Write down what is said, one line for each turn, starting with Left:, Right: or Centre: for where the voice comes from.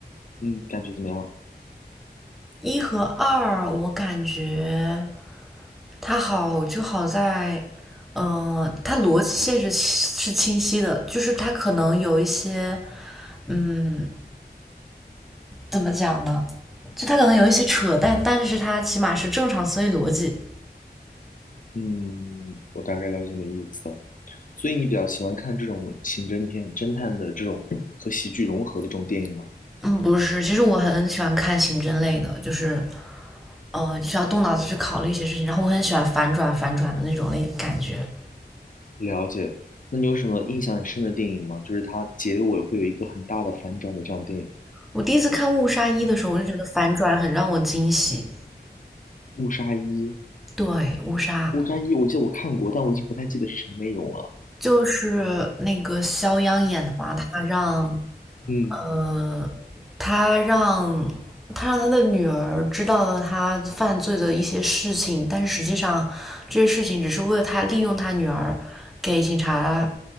Left: 嗯，感觉怎么样？
Centre: 一和二，我感觉它好就好在，嗯、它逻辑线是清是清晰的，就是它可能有一些，嗯，怎么讲呢？就它可能有一些扯淡，但是它起码是正常思维逻辑。
Left: 嗯，我大概了解你的意思了。所以你比较喜欢看这种刑侦片、侦探的这种和喜剧融合的这种电影吗？
Centre: 嗯，不是，其实我很喜欢看刑侦类的，就是，呃，需要动脑子去考虑一些事情，然后我很喜欢反转反转的那种类感觉。
Left: 了解。那你有什么印象很深的电影吗？就是它结尾会有一个很大的反转的这样的电影，
Centre: 我第一次看《误杀一》的时候，我就觉得反转很让我惊喜。
Left: 《误杀一》。
Centre: 对，《误杀》
Left: 《误杀一》我记得我看过，但我已经不太记得是什么内容了。
Centre: 就是那个肖央演的吧，他让
Left: 嗯，
Centre: 呃，他让他让他的女儿知道了他犯罪的一些事情，但是实际上这些事情只是为了他利用他女儿给警察